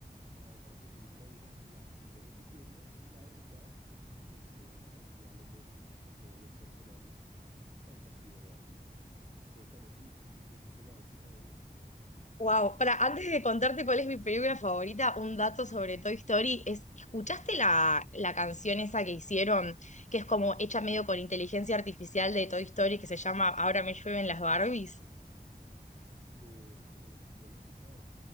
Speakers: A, on the right; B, on the left.
A: Ahora que tengo una hija, la sigo repitiendo y la verdad me sé hasta el diálogo de todos los personajes, tanto así de verla. Y cuéntame tú, ¿qué película es tu favorita?
B: Wow, para antes de contarte cuál es mi película favorita, un dato sobre Toy Story es, ¿escuchaste la, la canción esa que hicieron, que es como hecha medio con inteligencia artificial de Toy Story, que se llama Ahora me llueven las Barbies?
A: No, esa se no la, pu- no la he escuchado.